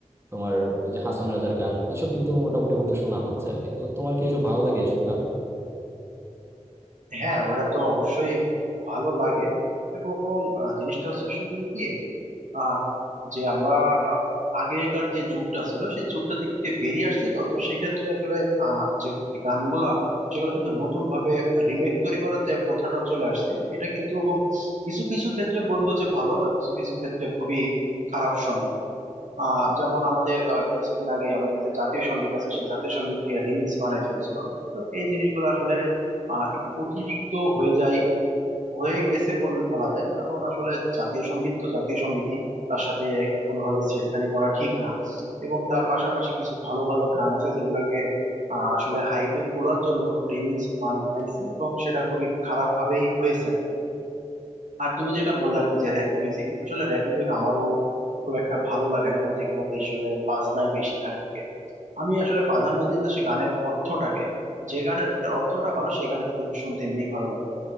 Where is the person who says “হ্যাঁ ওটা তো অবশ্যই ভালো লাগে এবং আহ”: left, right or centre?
Right